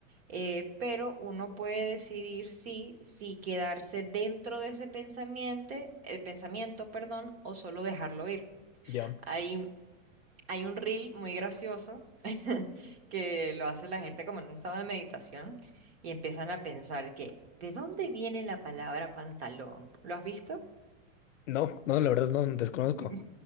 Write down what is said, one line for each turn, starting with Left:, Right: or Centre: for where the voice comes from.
Right: eh, pero uno puede decidir si, si quedarse dentro de ese pensamiento, el pensamiento, perdón, o solo dejarlo ir.
Left: Ya.
Right: Hay hay un reel muy gracioso <laughs> que lo hace la gente como en un estado de meditación y empiezan a pensar que, ¿de dónde viene la palabra pantalón? ¿Lo has visto? <laughs>
Left: No, no, la verdad no, desconozco.
Right: Mm,